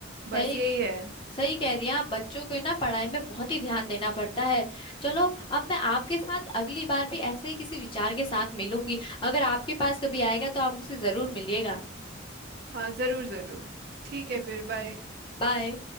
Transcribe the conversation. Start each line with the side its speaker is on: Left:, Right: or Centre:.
Right: बस
Left: सही
Right: यही है
Left: सही कह रही हैं आप बच्चों को ना पढ़ाई में बहुत ही ध्यान देना पड़ता है चलो अब मैं आपके साथ अगली बार भी ऐसे ही किसी विचार के साथ मिलूंगी अगर आपके पास कभी आएगा तो आप मुझसे जरूर मिलिएगा
Right: हाँ जरूर जरूर ठीक है फिर बाय
Left: बाय